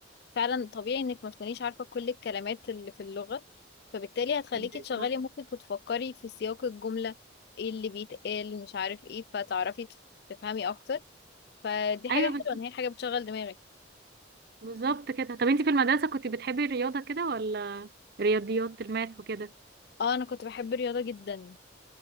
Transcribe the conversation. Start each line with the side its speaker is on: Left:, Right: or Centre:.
Left: فعلا طبيعي انك ما تكونيش عارفة كل الكلمات اللي في اللغة فبالتالي هتخليكي
Right: بالظبط
Left: تشغلي مخك وتفكري في سياق الجملة ايه اللي بيتقال مش عارف ايه فتعرفي تف- تفهمي اكتر فدي حاجة
Right: ايوه
Left: حلوة
Right: بالظبط
Left: ان هي حاجة بتشغل دماغك
Right: بالظبط كده طب انت في المدرسه كنت بتحبي الرياضه كده ولا رياضيات الماث وكده
Left: اه انا كنت بحب الرياضة جدا